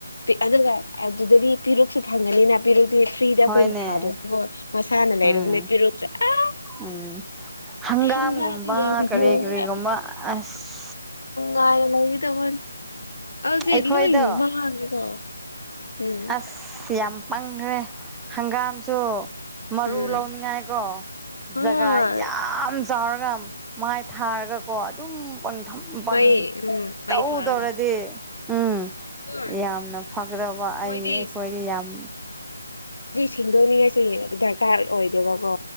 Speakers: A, on the left; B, in the centre.
A: ꯄꯤꯛ ꯑꯗꯨꯒ ꯑꯗꯨꯗꯗꯤ ꯄꯤꯔꯨꯛꯁꯨ ꯐꯪꯉꯅꯤꯅ ꯄꯔꯨꯛꯇꯤ ꯐ꯭ꯔꯤꯗ
B: ꯍꯣꯏꯅꯦ
A: ꯑꯩꯈꯣꯏꯅ ꯊꯥꯗ꯭ꯔꯁꯨꯀꯣ ꯃꯁꯥꯅ ꯂꯩꯔꯨꯕꯅꯦ
B: ꯎꯝ
A: ꯄꯤꯔꯨꯛꯁꯦ ꯑ꯫
B: ꯎꯝ ꯍꯪꯒꯥꯝꯒꯨꯝꯕ
A: ꯍꯦꯟꯖꯥꯡꯗꯤ ꯌꯥꯝ
B: ꯀꯔꯤ
A: ꯌꯣꯜꯂꯦ
B: ꯀꯔꯤꯒꯨꯝꯕ ꯑꯁ
A: ꯀꯥꯏꯅ ꯂꯩꯒꯗꯕꯟ ꯍꯧꯖꯤꯛ
B: ꯑꯩꯈꯣꯏꯗꯣ
A: ꯂꯣꯏꯅ ꯃꯥꯡꯈ꯭ꯔꯦꯀꯣ꯫ ꯎꯝ
B: ꯑꯁ ꯌꯥꯝ ꯄꯪꯈ꯭ꯔꯦ ꯍꯪꯒꯥꯝꯁꯨ ꯃꯔꯨ
A: ꯎꯝ
B: ꯂꯧꯅꯤꯡꯉꯥꯏ ꯀꯣ
A: ꯍꯣꯏ
B: ꯖꯒꯥ ꯌꯥꯝ ꯆꯥꯎꯔꯒ ꯃꯥꯏ ꯊꯥꯔꯒꯀꯣ ꯑꯗꯨꯝ ꯄ
A: ꯃꯩ ꯎꯝ ꯃꯩ
B: ꯇꯧ
A: ꯊꯥꯔꯒ
B: ꯇꯧꯔꯗꯤ ꯎꯝ
A: ꯍꯣꯏ
B: ꯌꯥꯝꯅ ꯐꯒꯗꯕ ꯑꯩ
A: ꯃꯣꯏꯗꯤ
B: ꯑꯩꯈꯣꯏꯗꯤ ꯌꯥꯝ
A: ꯁꯤꯡꯗꯣꯛꯅꯤꯡꯉꯥꯏꯁꯤ ꯗꯔꯀꯥꯔ ꯑꯣꯏ ꯦꯕꯕ